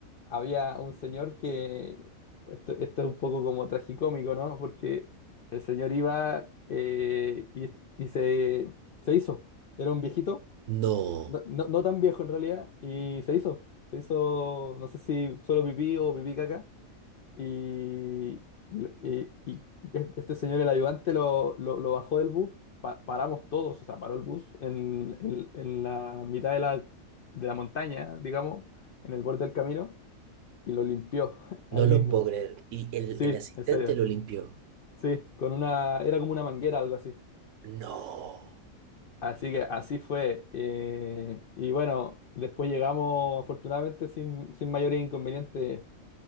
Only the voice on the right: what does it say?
no,
no
lo
puedo creer. ¿Y el,
el asistente
lo limpió?
No.